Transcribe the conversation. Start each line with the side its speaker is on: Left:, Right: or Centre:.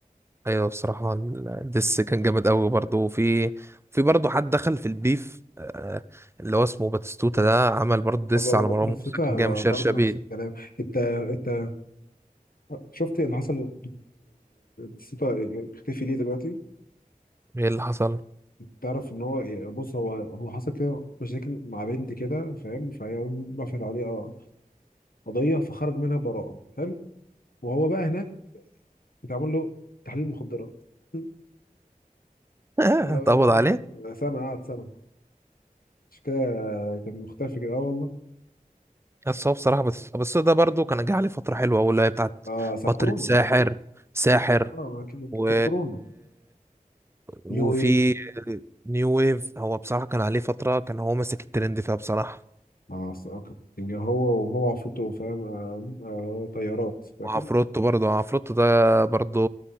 Right: ايوه بصراحه الدس كان جامد قوي برضه وفي في برضه حد دخل في البيف آه، اللي هو اسمه باتستوتا ده عمل برضه دس
Left: أب-
Right: على مروان
Left: بس
Right: موسى
Left: انت
Right: كان جاي من شير
Left: برضه
Right: شبيل
Left: نفس الكلام انت انت شفت اللي حصل لسوتا اختفي ليه دلوقتي
Right: ايه اللي حصل؟
Left: تعرف ان هو يعني بص هو هو حصل كده مشاكل مع بنت كده فاهم فهي رفعت عليه آه، قضيه فخرج منها براءه حلو وهو بقى هناك اتعمل له تحليل مخدرات <laughs>
Right: <laughs>
Left: ما-
Right: اتقبض عليه
Left: سنة قعد سنة مش كده كان مختفي كده اه والله
Right: بس هو بصراحه بس بس ده برضه كان جه عليه فتره حلوه أوي اللي هي بتاعت
Left: اه ساعة
Right: فتره
Left: كورونا
Right: ساحر ساحر
Left: اه ما كده-
Right: و...
Left: كانت كورونا
Right: وفي
Left: نيو ويف
Right: نيو ويف هو بصراحه كان عليه فتره كان هو ماسك الترند فيها بصراحه
Left: اه س- آه، كان كان هو وهو عفوته فاهم آه آه طيارات فاكر
Right: وعفروتو برضه عفروتو ده برضه